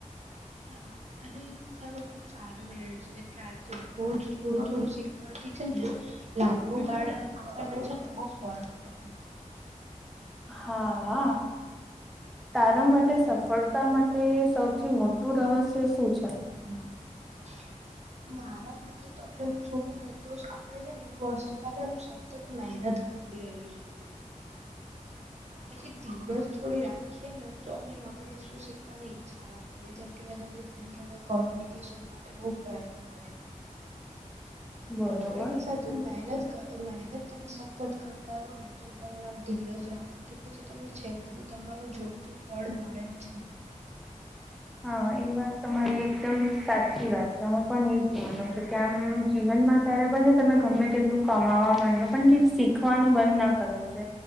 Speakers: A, on the right; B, in the centre.
A: હા અને તારો સારો નિર્ણય છે જેમ કે આજે રોજ થોડું થોડું શીખવાતી છે ને લાંબુ ગાળ આગણને છે બહુ ફરક પડે
B: હા તારા માટે સફળતા માટે સૌ મોટું રહસ્ય શું છે
A: <unintelligible> મારા મતે તો આપડે એમ જોવું ને, તો આપડે છે ને એક વસ્તુ બજાર શ સતત મહેનત કરતી રહેવી જોઈએ. એ, ધીરજ થોડી રાખીને તો અ નવી પ્રષણ શીખવાની ઈચ્છા મ કે મેં તને કે કોમ્યુનિકેશન માટે બો પ્રયત્નો કર્યા હતા.
B: બરોબર
A: તો એની સાથે મહેનત મહેનત તમે સતત કરતા રહો ને તો તમને ધીરજ રાખા હતી. પછી તમને છેલ્લે લીધું તમારું જોઈતું ફળ મળે જ છે.
B: હા, એ વાત તમારી એકદમ સાચી વાત છે. હું પણ એજ માનું છું કે આમ જીવનમાં ત્યારે ભલે તમે ગમે તેટલું કમાવા માંડે, જો પણ શીખવાનું બંધ ના કરવું છે.